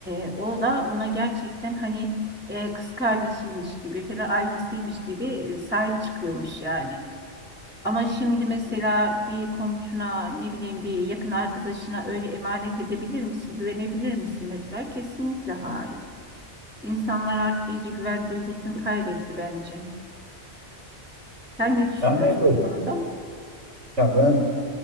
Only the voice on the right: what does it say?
yani evet.
Ya ben